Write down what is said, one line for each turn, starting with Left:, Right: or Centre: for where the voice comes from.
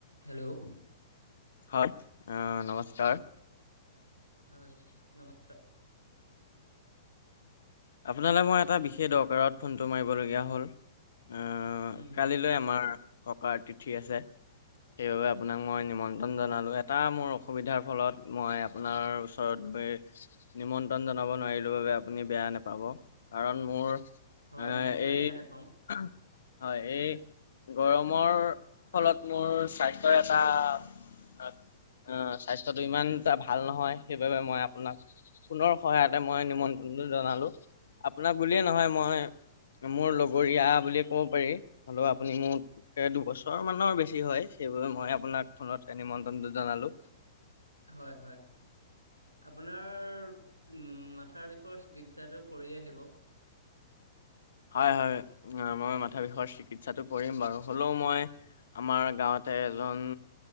Right: Hello?
Left: হয়। অ' নমস্কাৰ
Right: হয়, নমচ
Left: আপোনালৈ মই এটা বিশেষ দৰকাৰত ফোনটো মাৰিবলগীয়া হ'ল। আহ
Right: উম
Left: কালিলৈ আমাৰ ককাৰ তিথি আছে। সেইবাবে আপোনাক মই নিমন্ত্ৰ ন জনালোঁ, এটা মোৰ অসুবিধাৰ ফলত মই আপোনাৰ ওচৰত গৈ নিমন্ত্ৰণ জনাব নোৱাৰিলো বাবে আপুনি বেয়া নে পাব কাৰণ মোৰ এ
Right: হয় নিশ্চয়
Left: এই
Right: বেয়া নাপাওঁ
Left: হয়, এই গৰমৰ ফলত মোৰ স্বাস্থ্যৰ এটা অ', স্বাস্থ্যতটো ইমান এটা ভাল নহয়, সেইবাবে মই আপোনাক ফোনৰ সহায়তে মই নিমন্ত্ৰণটো জনালো, আপোনাক বুলিয়ে নহয় মই মোৰ লগৰীয়া বুলিয়ে ক'ব পাৰি, হলেও আপুনি মোত কে দুবছৰ মানৰ বেছি হয়, সেইবাবে মই আপোনাক ফোনত নিমন্ত্ৰনটো জনালো।
Right: হয়, হয়। আপোনাৰ, মাথাৰ বিষৰ চিকিৎসাটো কৰি আহিব
Left: হয়, হয়, মই মাথা বিষৰ চিকিৎসাটো কৰিম বাৰু, হ'লেও মই আমাৰ গাঁৱতে এজন